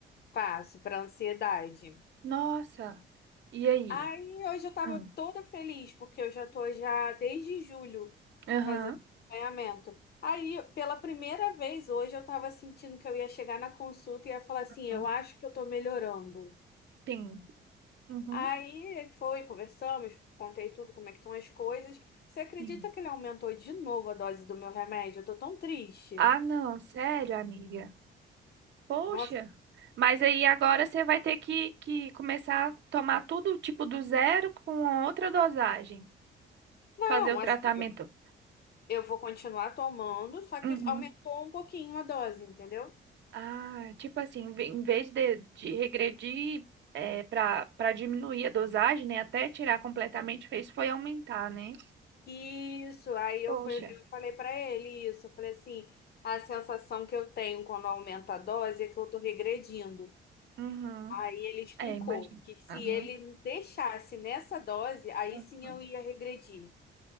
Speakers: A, on the left (about 55°); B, on the right (about 65°).
A: Faço para ansiedade.
B: Nossa. E aí?
A: Aí hoje eu tava
B: Hum.
A: toda feliz, porque eu já tô já desde julho
B: Aham.
A: fazendo acompanhamento. Aí, pela primeira vez hoje, eu tava sentindo que eu ia chegar na consulta e ia falar assim, eu
B: Hum,
A: acho que eu tô melhorando.
B: Sim. Uhum.
A: Aí foi, conversamos, contei tudo, como é que estão as coisas. Você acredita
B: Sim.
A: que ele aumentou de novo a dose do meu remédio? Eu tô tão triste.
B: Ah, não, sério, amiga. Poxa,
A: Nossa,
B: mas aí agora você vai ter que, que começar a tomar tudo tipo do zero com outra dosagem,
A: não,
B: fazer o tratamento.
A: assim, eu eu vou continuar tomando, só que
B: Uhum.
A: aumentou um pouquinho a dose, entendeu?
B: Ah, tipo assim, em ve- em vez de, de regredir é, para para diminuir a dosagem, né, até tirar completamente, fez foi aumentar, né?
A: Isso, aí eu,
B: Poxa.
A: fui, eu falei pra ele isso. Eu falei assim: a sensação que eu tenho quando aumenta a dose é que eu tô regredindo.
B: Uhum.
A: Aí ele explicou
B: É, imagina.
A: que se
B: Uhum.
A: ele me deixasse nessa dose, aí
B: Uhum.
A: sim eu ia regredir.